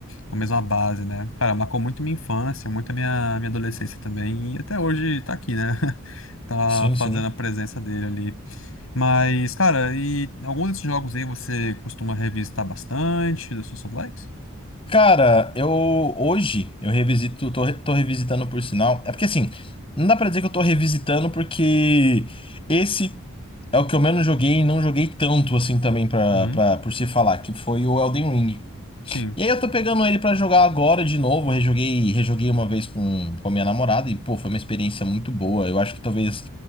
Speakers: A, on the left; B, on the left.
A: com a mesma base, né? Cara, marcou muito minha infância, muito a minha, minha adolescência também, e até hoje tá aqui, né? <laughs> Tá
B: Sim, sim.
A: fazendo a presença dele ali. Mas, cara, e algum desses jogos aí você costuma revisitar bastante dos seus likes?
B: Cara, eu hoje eu revisito, tô, re- tô revisitando por sinal. É porque assim, não dá pra dizer que eu tô revisitando porque esse é o que eu menos joguei e não joguei tanto assim também pra,
A: Uhum.
B: pra, por se falar, que foi o Elden Ring.
A: Sim.
B: E aí eu tô pegando ele pra jogar agora de novo. Eu Rejoguei, rejoguei uma vez com, com a minha namorada e, pô, foi uma experiência muito boa. Eu acho que talvez